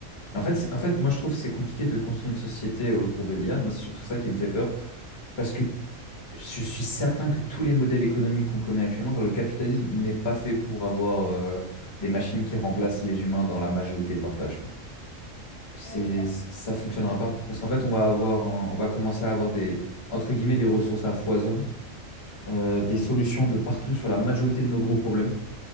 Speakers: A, on the left; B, on the left.
A: En fait, c'est-
B: Mm.
A: en fait, moi, je trouve que c'est compliqué de construire une société autour de l'IA. Moi, c'est surtout ça qui me fait peur parce que je suis certain que tous les modèles économiques qu'on connaît actuellement, genre le capitalisme, n'est pas fait pour avoir euh, des machines qui remplacent les humains dans la majorité de leurs tâches, quoi. C'est,
B: Ouais, tu penses?
A: ça fonctionnera pas parce qu'en fait, on va avoir un- on va commencer à avoir des, entre guillemets, des ressources à foison euh,
B: Mm,
A: des solutions de partout sur la majorité de nos gros problèmes.